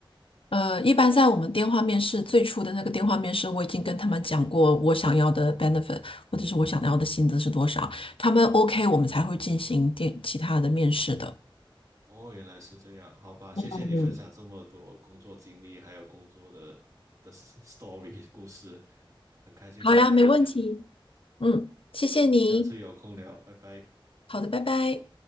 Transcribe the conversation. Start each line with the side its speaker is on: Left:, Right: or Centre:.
Left: 呃，一般在我们电话面试最初的那个电话面试，我已经跟他们讲过我想要的 benefit 或者是我想要的薪资是多少，他们 OK，我们才会进行电其他的面试的。
Right: 哦，原来是这样，好吧，谢谢你分享这么多工作经历，
Left: 嗯，
Right: 还有工作的的 story 故事，很开心跟你聊天，
Left: 好呀，没问题。嗯，谢谢你。
Right: 我们下次有空聊，拜拜。
Left: 好的，拜拜。